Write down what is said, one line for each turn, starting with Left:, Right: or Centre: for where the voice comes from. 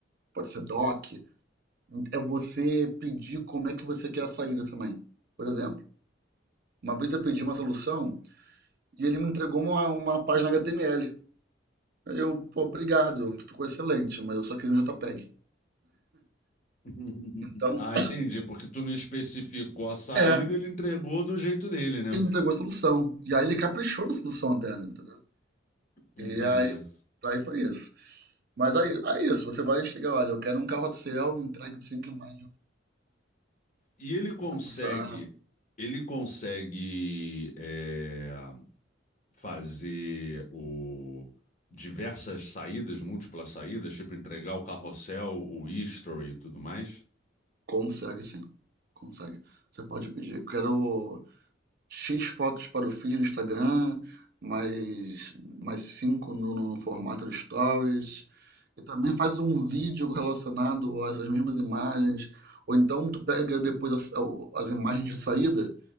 Right: Pode ser doc, É você pedir como é que você quer a saída também. Por exemplo, uma vez eu pedi uma solução e ele me entregou uma, uma página HTML. Aí Eu, pô, obrigado, ficou excelente, mas eu só queria um JPEG.
Left: <laughs>
Right: Então,
Left: Ah, entendi. Porque tu não especificou a saída,
Right: é,
Left: ele entregou do jeito dele, né?
Right: ele entregou a solução. E aí ele caprichou na solução até, entendeu?
Left: Entendi.
Right: E aí, aí foi isso. Mas aí, aí é isso, você vai chegar, olha, eu quero um carrossel, me entregue de cinco imagens.
Left: E ele consegue,
Right: Consegue,
Left: ele consegue é, fazer o diversas saídas, múltiplas saídas, tipo entregar o carrossel, o history e tudo mais.
Right: consegue sim, consegue. Você pode pedir, eu quero X fotos para o feed do Instagram, mais mais 5 no no no formato do Stories, e também faz um vídeo relacionado a essas mesmas imagens, ou então tu pega depois as o as imagens de saída